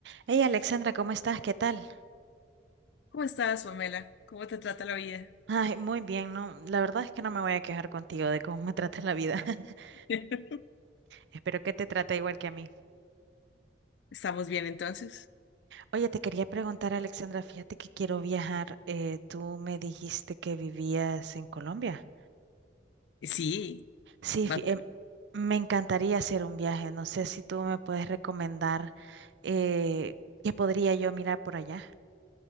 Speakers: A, on the right; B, on the left.
A: Hey Alexandra, ¿cómo estás? ¿Qué tal?
B: ¿Cómo estás, Pamela? ¿Cómo te trata la vida?
A: Ay, muy bien, no, la verdad es que no me voy a quejar contigo de cómo me trata la vida. <laughs>
B: <laughs>
A: Espero que te trate igual que a mí.
B: ¿Estamos bien entonces?
A: Oye, te quería preguntar, Alexandra, fíjate que quiero viajar. eh, tú me dijiste que vivías en Colombia.
B: Sí,
A: Sí, fí-
B: va-
A: em, me encantaría hacer un viaje. No sé si tú me puedes recomendar eh, qué podría yo mirar por allá.